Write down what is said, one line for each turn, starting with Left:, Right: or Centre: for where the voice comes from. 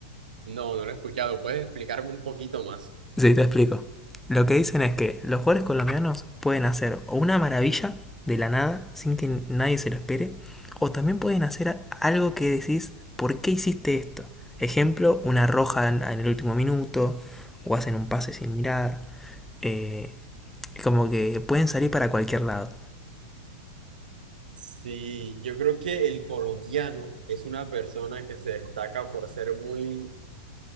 Right: No, no lo he escuchado. ¿Puedes explicarme un poquito más?
Centre: Sí, te explico. Lo que dicen es que los jugadores colombianos pueden hacer o una maravilla de la nada sin que nadie se lo espere, o también pueden hacer a- algo que decís, ¿por qué hiciste esto? Ejemplo, una roja en, en el último minuto, o hacen un pase sin mirar. eh, como que pueden salir para cualquier lado.
Right: Sí, yo creo que el colombiano es una persona que se destaca por ser muy,